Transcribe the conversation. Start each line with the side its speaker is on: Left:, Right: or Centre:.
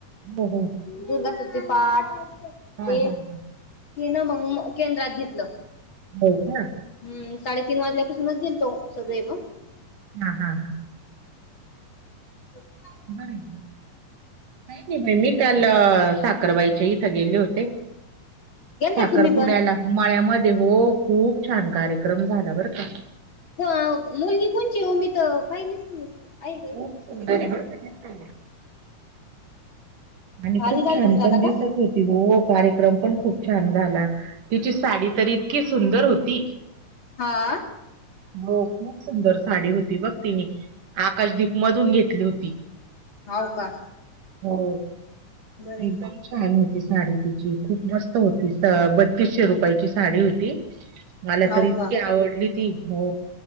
Right: हो हो
Left: दुर्गासती पाठ ते
Right: हा हा
Left: तेना
Right: हा
Left: मंग केंद्रात घेतलं.
Right: हो का.
Left: हम्म, साडेतीन वाजल्यापासूनच गेल तो सगळे मंग
Right: हा हा हा.
Left: <unintelligible>
Right: <unintelligible> काही मी काल अ साखरबाईच्या इथं गेले होते.
Left: गेलते
Right: साखरपुड्याला
Left: तुम्ही पण
Right: मळ्यामध्ये हो खूप छान कार्यक्रम झाला बरं का.
Left: हो मुलगी कोणची हो मी तर पाहिलीच नाही ती आहे का
Right: खूप सुंदर
Left: मुलगी त्यांना?
Right: आहे बरं का दिसायला. आणि
Left: भारी
Right: खूप
Left: कार्यक्रम
Right: छान
Left: झाला
Right: पण
Left: का?
Right: दिसत होती हो, कार्यक्रम पण खूप छान झाला. तिची साडी तर इतकी सुंदर होती.
Left: हा.
Right: हो खूप सुंदर साडी होती बघ तिनी आकाशदीप मधून घेतली होती.
Left: हाव का.
Right: हो,
Left: बरे
Right: एकदम छान होती साडी तिची खूप मस्त होती सा बत्तीसशे रुपयाची साडी होती मला
Left: हाव
Right: तर इतकी
Left: का
Right: आवडली ती हो